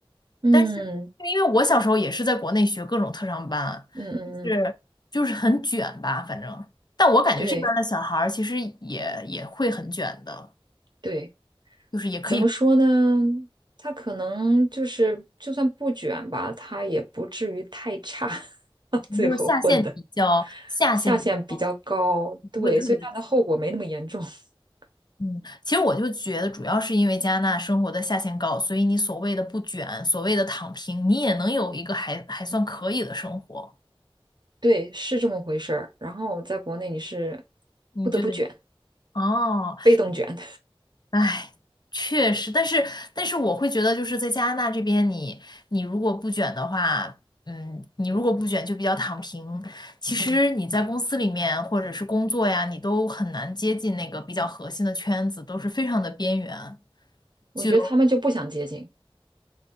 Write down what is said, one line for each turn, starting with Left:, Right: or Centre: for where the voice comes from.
Right: 嗯
Left: 但是，因为我小时候也是在国内学各种特长班，
Right: 嗯嗯嗯，
Left: 就是就是很卷吧，反正。但我感觉这边的小孩儿其实也也会很卷的，
Right: 对对，
Left: 就是也可以，
Right: 怎么说呢？他可能就是，就算不卷吧，他也不至于太差，<laughs> 最后混的
Left: 就是下限比较下限比较高，
Right: 下限比较高，对，
Left: 不会特别卷。
Right: 所以他的后果没那么严重。<laughs>
Left: 嗯，其实我就觉得，主要是因为加拿大生活的下限高，所以你所谓的不卷，所谓的躺平，你也能有一个还还算可以的生活。
Right: 对，是这么回事儿。然后在国内你是
Left: 你就得
Right: 不得不卷，
Left: 哦，
Right: 被动卷。
Left: 哎，确实，但是但是我会觉得，就是在加拿大这边你，你如果不卷的话，嗯，你如果不卷就比较躺平。
Right: <laughs>
Left: 其实你在公司里面或者是工作呀，
Right: 嗯，
Left: 你都很难接近那个比较核心的圈子，都是非常的边缘。
Right: 我觉得他们就不想接近，
Left: 就